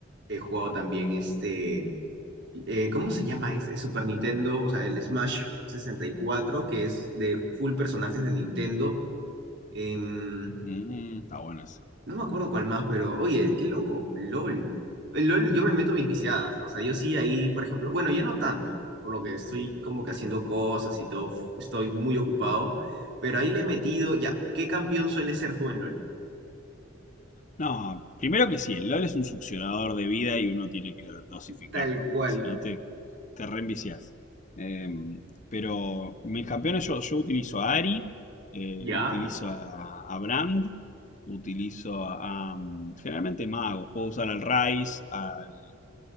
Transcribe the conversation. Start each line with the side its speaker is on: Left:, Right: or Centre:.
Right: He jugado también este. eh, ¿cómo se llama? Es, Super Nintendo, o sea, el Smash sesenta y cuatro que es de full personajes de Nintendo. em,
Left: Mm, está bueno eso.
Right: No me acuerdo cuál más, pero oye, qué loco, LOL. El LOL, yo me meto mis viciadas. O sea, yo sí ahí, por ejemplo, bueno, ya no tanto, por lo que estoy como que haciendo cosas y todo, f- estoy muy ocupado, pero ahí le he metido, ya, ¿qué campeón suele ser tú en LOL?
Left: No, primero que sí, el LOL es un succionador de vida y uno tiene que dosificarlo,
Right: Tal cual,
Left: porque si no te, te reenviciás. Eh, pero mis campeones, yo, yo utilizo a Ari, eh,
Right: ya,
Left: utilizo a, a Brand, utilizo a, a, mm, generalmente magos. Puedo usar al Rice, al,